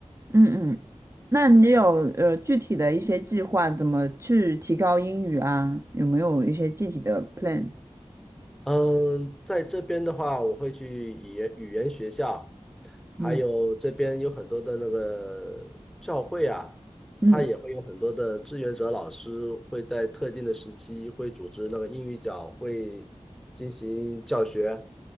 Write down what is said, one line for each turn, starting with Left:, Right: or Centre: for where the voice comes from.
Right: 嗯嗯，那你有呃具体的一些计划，怎么去提高英语啊？有没有一些具体的 plan？
Centre: 嗯，在这边的话，我会去语言语言学校，还有这边有很多的那个教会啊，
Right: 嗯嗯
Centre: 它也会有很多的志愿者老师会在特定的时期会组织那个英语角会进行教学，